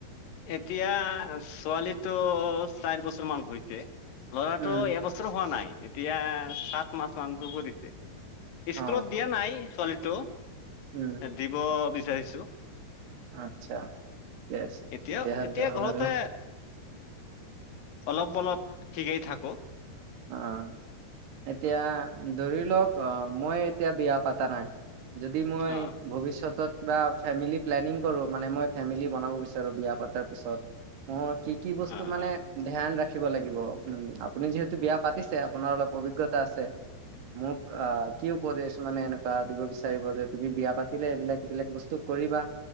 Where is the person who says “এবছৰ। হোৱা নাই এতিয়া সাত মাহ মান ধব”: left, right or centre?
Left